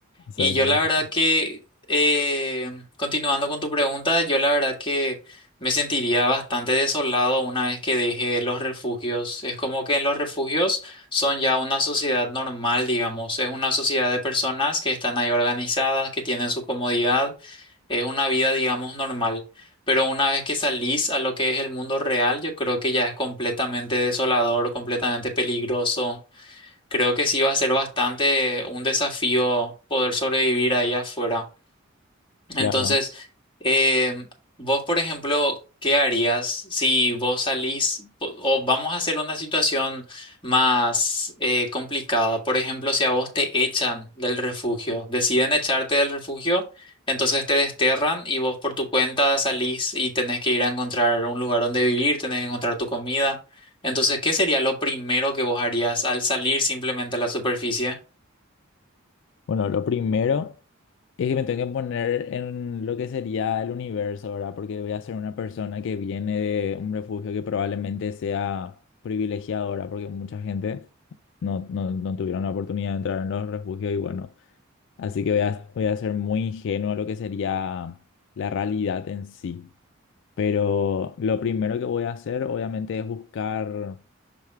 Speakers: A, on the left (about 60°); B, on the left (about 25°).
A: Exactamente.
B: Y yo la verdad que, eh, continuando con tu pregunta, yo la verdad que me sentiría bastante desolado una vez que deje los refugios. Es como que en los refugios son ya una sociedad normal, digamos. Es una sociedad de personas que están ahí organizadas, que tienen su comodidad. Es una vida, digamos, normal. Pero una vez que salís a lo que es el mundo real, yo creo que ya es completamente desolador, completamente peligroso. Creo que sí va a ser bastante un desafío poder sobrevivir ahí afuera.
A: Claro.
B: Entonces, em, vos, por ejemplo, ¿qué harías si vos salís po- o vamos a hacer una situación más eh, complicada? Por ejemplo, si a vos te echan del refugio, deciden echarte del refugio, entonces te desterran y vos por tu cuenta salís y tenés que ir a encontrar un lugar donde vivir, tenés que encontrar tu comida. Entonces, ¿qué sería lo primero que vos harías al salir simplemente a la superficie?
A: Bueno, lo primero es que me tengo que poner en lo que sería el universo, ¿verdad? Porque voy a ser una persona que viene de un refugio que probablemente sea privilegiadora, porque mucha gente no, no, no tuvieron la oportunidad de entrar en los refugios y bueno, así que voy a, voy a ser muy ingenuo a lo que sería la realidad en sí. Pero lo primero que voy a hacer, obviamente, es buscar